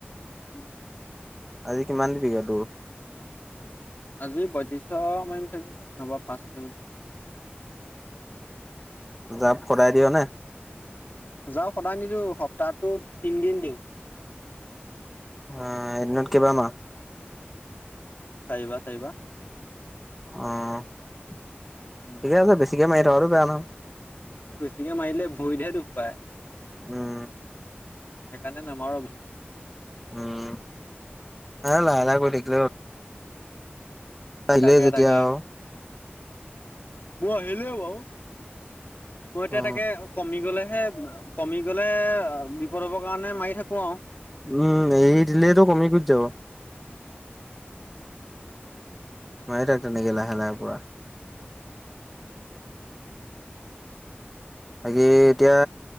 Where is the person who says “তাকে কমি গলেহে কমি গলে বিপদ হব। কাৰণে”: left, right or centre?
Left